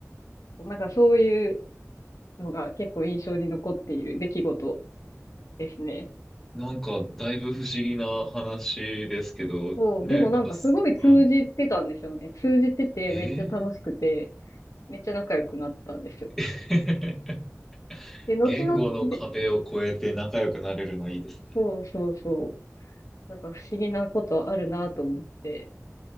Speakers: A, on the left (about 70°); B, in the centre.
A: なんかそういうのが結構印象に残っている出来事ですね。
B: ーなんか、だいぶ不思議な話ですけど、
A: そう、
B: ね、
A: でもなんかすごい通じてたんですよね。
B: なんかす、は
A: 通じてて、
B: い。ええー
A: めっちゃ楽しくて、めっちゃ仲良くなったんですよ。
B: <laughs>
A: で、後々で、
B: 言語の壁を越えて仲良くなれるのいいですね。
A: そうそうそう。なんか不思議なことあるなと思って。